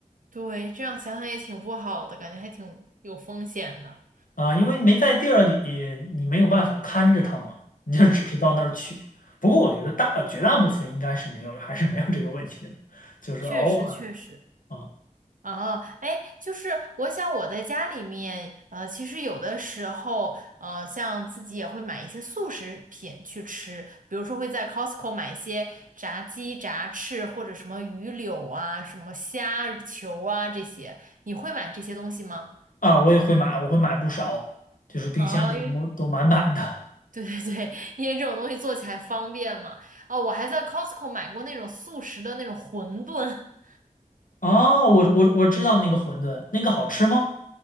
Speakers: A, on the right; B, on the left.
A: 对，这样想想也挺不好的，感觉还挺有风险的。
B: 啊，因为没在地儿里，你没有办法看着他嘛，你就只是到那儿取。
A: 嗯，
B: 不过我觉得大绝大部分应该是没有，还是没有这个问题的，就是偶尔
A: 确实，确实。
B: 啊
A: 啊，哎，就是我想我在家里面，呃，其实有的时候，呃，像自己也会买一些速食品去吃，比如说会在 Costco 买一些炸鸡、炸翅或者什么鱼柳啊、什么虾球啊这些，你会买这些东西吗？
B: 啊，我也会买，我会买不少，就是冰箱里都都满满的。
A: 啊，因为 <laughs> 对对对，因为这种东西做起来方便嘛。哦，我还在 Costco 买过那种速食的那种馄饨，<laughs>
B: 哦，我我我知道那个馄饨，那个好吃吗？